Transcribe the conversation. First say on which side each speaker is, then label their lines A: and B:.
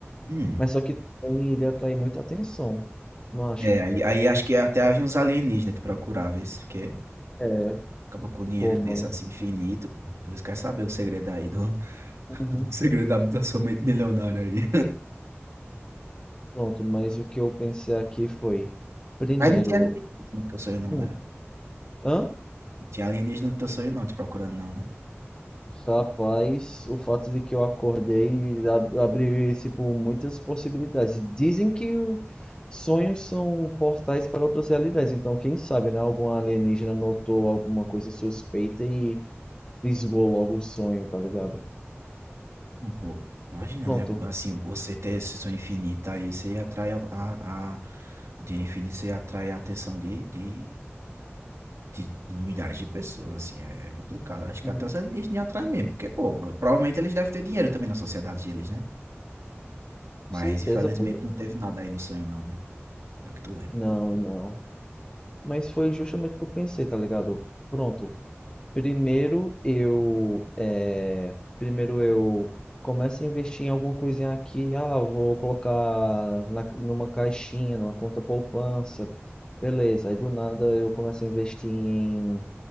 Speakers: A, on the right (about 80°); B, on the left (about 20°).
A: Hum.
B: Mas só que também iria atrair muita atenção, não acha?
A: É, aí, aí acho que até havia uns alienígenas te procurar, vê se- porque
B: É,
A: acaba com um dinheiro
B: Pô,
A: desse
B: mano.
A: assim infinito, pô. Eles querem saber o segredo aí, do, <laughs>
B: Uhum.
A: o segredo da, da sua mente milionária aí.
B: Pronto, mas o que eu pensei aqui foi, primeiro,
A: Mas não tinha alienígena no teu sonho não,
B: um,
A: né?
B: hã?
A: Não tinha alienígena no teu sonho não, te procurando não, né?
B: Rapaz, o fato de que eu acordei ab- abriu, tipo, muitas possibilidades. Dizem que o- sonhos são portais para outras realidades, então quem sabe, né? Algum alienígena notou alguma coisa suspeita e fisgou logo o sonho, tá ligado?
A: Não, pô, imagina,
B: Pronto.
A: né? Assim, você ter sessão infinita aí, você atrai a, a- a- o dinheiro infinito, você atrai a atenção de, de, de milhares de pessoas, assim, é, é complicado. Acho
B: Uhum.
A: que até os alienígenas atraem mesmo, porque, pô, provavelmente eles devem ter dinheiro também na sociedade deles, né?
B: Com
A: Mas,
B: certeza,
A: infelizmente,
B: pô.
A: não teve nada aí no sonho, não, né? Não que tu lembra.
B: Não, não. Mas foi justamente o que eu pensei, tá ligado? Pronto. Primeiro eu, eh, primeiro eu começo a investir em alguma coisinha aqui. Ah, vou colocar na, numa caixinha, numa conta poupança. Beleza. Aí do nada eu começo a investir em